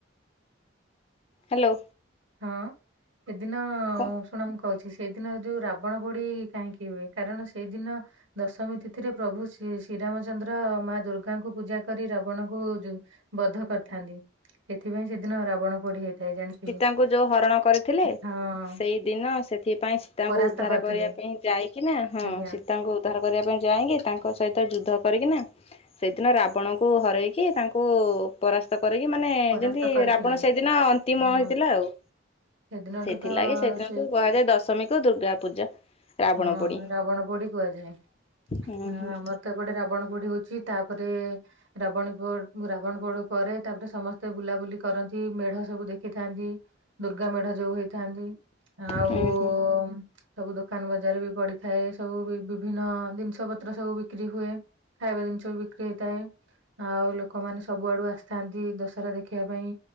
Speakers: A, on the left; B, on the right.
A: ହାଲୋ।
B: ହଁ ସେଦିନ
A: କ
B: ଶୁଣ କ କହୁଛି ସେଇଦିନ ଯୋଉ ରାବଣ ପୋଡି କାହିଁକି ହୁଏ କାରଣ ସେଇଦିନ ଦଶମୀ ତିଥିରେ ପ୍ରଭୁ ଶି ଶ୍ରୀରାମଚନ୍ଦ୍ର ମା ଦୁର୍ଗାଙ୍କୁ ପୂଜା କରି ରାବଣଙ୍କୁ ବଧ କରିଥାନ୍ତି। ସେଥିପାଇଁ ସେଦିନ ରାବଣ ପୋଡି ହେଇଥାଏ ଜାଣିଥିବେ।
A: ଙ୍କୁ ଯୋଉ ହରଣ କରି ଥିଲେ
B: ହଁ
A: ସେଇ ଦିନ ସେଥିପାଇଁ ସୀତାଙ୍କୁ
B: ପରାସ୍ତ
A: ଉଦ୍ଧାର
B: କରିଥିଲେ
A: କରିବା ପାଇଁ ଯାଇକିନା ହଁ
B: ଆଜ୍ଞା
A: ତାଙ୍କୁ ଉଦ୍ଧାର କରିବା ପାଇଁ ଯାଇଙ୍କି ତାଙ୍କ ସହିତ ଯୁଦ୍ଧ କରିକିନା ସେଦିନ ରାବଣଙ୍କୁ ହରେଇକି ତାଙ୍କୁ ପରାସ୍ତ କରିକି ମାନେ
B: ପରାସ୍ତ
A: ଯେମିତି
B: କରିଥିଲେ।
A: ରାବଣ ସେଦିନ ଅନ୍ତିମ
B: ହଁ
A: ହେଇଥିଲା ଆଉ।
B: ସେଦିନଠୁ
A: ସେଥିଲାଗି
B: ତ
A: ସେଦିନକୁ
B: ସେ
A: କୁହାଯାଏ ଦଶମୀକୁୁ ଦୁର୍ଗା ପୂଜା। ରାବଣ
B: ହଁ
A: ପୋଡି
B: ରାବଣ ପୋଡି କୁହାଯାଏ।
A: ହୁଁ
B: ହଁ
A: ହୁଁ।
B: ଆମର ତ ଏପଟେ ରାବଣ ପୋଡି ହଉଚି, ତାପରେ ରାବଣି ପୋଡ୍ ରାବଣ ପୋଡୁ ପରେ ତାପରେ ସମସ ତେ ବୁଲାବୁଲି କରନ୍ତି ମେଢ ସବୁ ଦେଖିଥାନ୍ତି ଦୁର୍ଗା ମେଢ ଯୋଉ ହେଇଥାନ୍ତି। ଆ
A: ଉଁ ହୁଁ।
B: ବଂ ସବୁ ଦୋକାନ ବଜାର ବି ପଡିଥାଏ ସବୁ ବି ବିଭିନ୍ନ ଜିନିଷ ପତ୍ର ସବୁ ବିକ୍ରି ହୁଏ। ଖାଇବା ଜିନ୍ଷ ସବୁ ବିକ୍ରି ହେଇଥାଏ ଆଉ ଲୋକମାନେ ସବୁଆଡୁ ଆସିଥାନ୍ତି ଦଶହରା ଦେଖିବା ପାଇଁ।